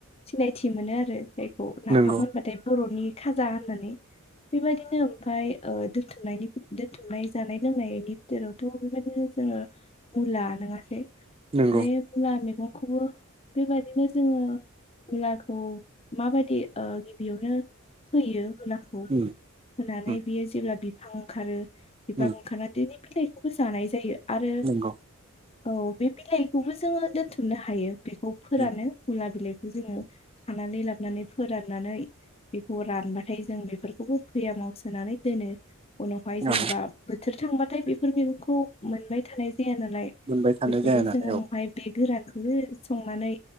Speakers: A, on the left (about 30°); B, on the right (about 25°).
A: सिनायथि मोनो आरो जायखौ नाफाम
B: नंगौ
A: होनबाथाय बरनि खाजा होननानै बेबायदिनो ओमफाय ओ दोनथुमनायनि दोनथुमनाय जानाय लोंनायनि बिथोरावथ बेबायदिनो जोङो मुला नङासै?
B: नंगौ
A: बे मुला मेगं खौबो बेबायदिनो जोङो मुलाखौ माबादि ओ गिबियावनो फोयो। मुलाखौ
B: उम
A: होनानै
B: उम
A: बियो जेब्ला बि हा ओंखारो बिफां
B: उम
A: ओंखारना <unintelligible> फिथाइखौबो जानाय जायो। आरो
B: नंगौ
A: औ बे बिलाइखौबो जोङो दोनथुमनो हायो। बेखौ फोरानो
B: उम
A: मुला बिलाइ जोङो खानानै लाबोनानै फोराननानै बेखौ रानबाथाय जों बेफोरखौबो भैयामाव सोनानै दोनो। उनावहाय जेनेबा
B: औ
A: बोथोर थांबाथाय बेफोर मैगंखौ मोनबाय थानाय जाया नालाय
B: मोनबाय थानाय
A: बेफोरखौ
B: जाया नालाय
A: जों उनावहाय
B: औ
A: बे गोरान <unintelligible> संनानै